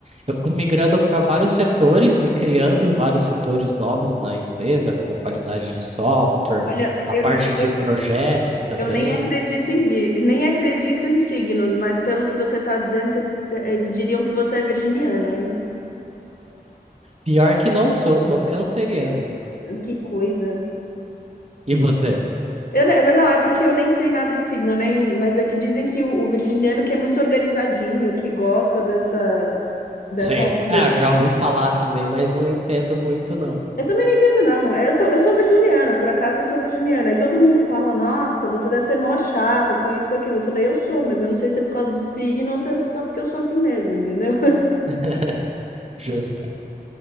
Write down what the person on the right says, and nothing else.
Eu fui migrando para vários setores e criando vários setores novos na empresa, como qualidade de software,
a
parte de
projetos também.
Pior que não sou, sou canceriano.
E você?
Sim.
Ah,
eu já ouvi falar também, mas não entendo muito, não.
<laughs> Justo.